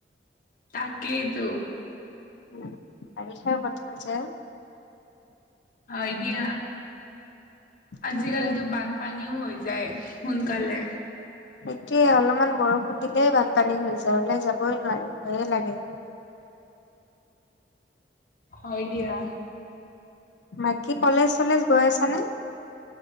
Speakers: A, on the left; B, on the left.
A: তাকেইটো।
B: উম, বাৰিষা বতৰ যে।
A: হয় দিয়া। আজিকালিতো
B: তাকে
A: বানপানীও হৈ যায় সোনকালে।
B: এতিয়ে অলপমান বৰষুণ দিলেই বানপানী হৈ যায় ওলাই যাবই নোৱাৰি ভয়ে লাগে।
A: হয় দিয়া।
B: বাকী কলেজ চলেজ গৈ আছানে?